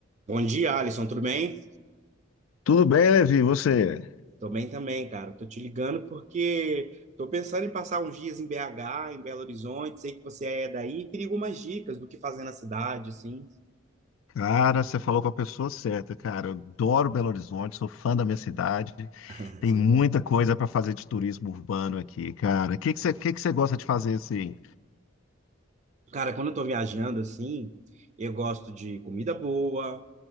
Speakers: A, on the right (about 35°); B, on the left (about 75°).
A: Bom dia, Alisson, tudo bem?
B: Tudo bem, Levi? E Você?
A: Tô bem também, cara. Tô te ligando porque tô pensando em passar uns dias em BH, em Belo Horizonte. Sei que você é daí, queria algumas dicas do que fazer na cidade, assim.
B: Cara, você falou com a pessoa certa, cara. Eu adoro Belo Horizonte, sou fã da minha cidade.
A: <laughs>
B: Tem
A: Assim,
B: muita
A: bom.
B: coisa para fazer de turismo urbano aqui, cara. O que que você, que que você gosta de fazer assim?
A: Cara, quando eu tô viajando assim, eu gosto de comida boa,